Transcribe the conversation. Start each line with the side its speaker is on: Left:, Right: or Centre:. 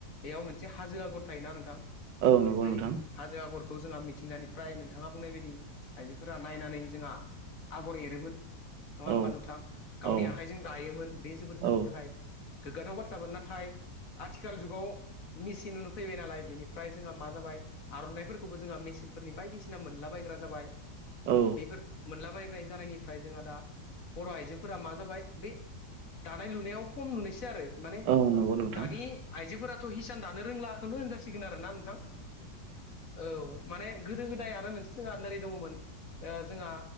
Left: बेयाव मोनसे हाजो आगर थायो ना नोंथां
Right: औ नंगौ
Left: बै
Right: नोंथां
Left: हाजो आगर खौ जोंहा मिथिंगानिफ्राय नोंथाङा बुंनाय बायदि आइजोफोरा नायनानै जोंहा आगर एरोमोन नङा
Right: औ
Left: होमबा नोंथाङा गावनि
Right: औ
Left: आखाइजों दायोमोन बे जोबोर
Right: औ
Left: जोंनि थाखाय गोग्गाथाव बाथ्रामोन नाथाय आथिखाल जुगाव मेचन नुनो फैबाय नालाय बेनिफ्राय जोंहा मा ज जाबाय आर'नाइफोरखौबो जोंहा मेसिनफोरनि बायदिसिना मोनलाबायग्रा जाबाय
Right: औ
Left: बेफोर मोनलाबायनाय जानायनिफ्राय जोंहा दा बर' आइजोफोरा मा जाबाय बे दानाय लुनायाव खम नुनोसै आरो माने
Right: औ नंगौ नोंथां
Left: दानि आइजोफोराथ' हिसान दानो रोंलाखौनो होन आरोना नोंथां औ माने गोदो गोदाय आरो मोनसे जोंहा नोरै दङमोन जोंहा